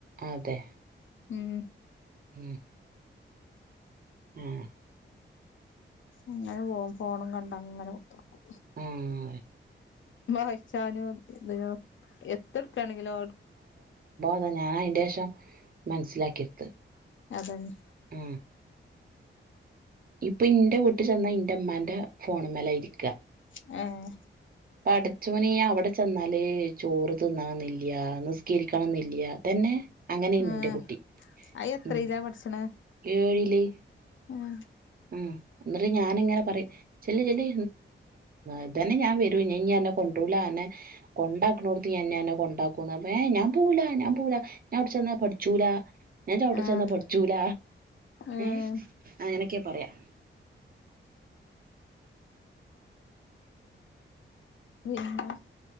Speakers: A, on the right (about 50°); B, on the left (about 75°).
A: അതെ
B: ഉം
A: ഉം ആം
B: ഇങ്ങനെ പോ ഫോണും കണ്ട അങ്ങനെ കുത്തിക്കും
A: ആഹ്
B: വായിച്ചാനും ഇ എത്ര എടുക്കാണെങ്കിലോ
A: അ ഞൻ അതിന്റെ ശേഷം മനസ്സിലാക്കിടുത്ത
B: അതന്നെ
A: ആ ഇപ്പൊ ഇന്റെ വീട്ടിൽ ചെന്ന ഇന്റെ അമ്ന്റെ ഫോണ് മേല ഇരിക്ക
B: ആഹ
A: പഠച്ചോ അവിടെ ന്നാല് ചോറ് തിന്ന എന്നില്ല നിസ്കീരിക്കണം എന്നില്ല തന്നെ അങ്ങനെയന്ന
B: ഏഹ്
A: എറെ കുട്ടി
B: അയ് എത്രയിലാ
A: ഉം
B: പഠിച്ചണെ
A: ഏഴിലേ
B: ഏഹ്
A: ഉം എന്നിട്ട് ഞാാനിങ്ങനെ പറയും ചെല്ലി ചെല്ലി ഇതന്നെ ഞാൻ െ കൊണ്ടല എന്നെ കൊണ്ടാക്കണോടത്ത്െെ കൊണ്ടാക്ക അ ഞാൻ പോൂല ഞാ പോ ഞാൻ അവിടെ ചെന്ന പഠിച്ചൂല ഞാൻ ചവിട്ട
B: ആഹ്
A: ചെന്നാ പൊഠിച്ചൂല
B: ഏഹ്
A: ഏ അങ്ങനെയൊക്കെയ പറയാ <inaudible>
B: പിന്നെ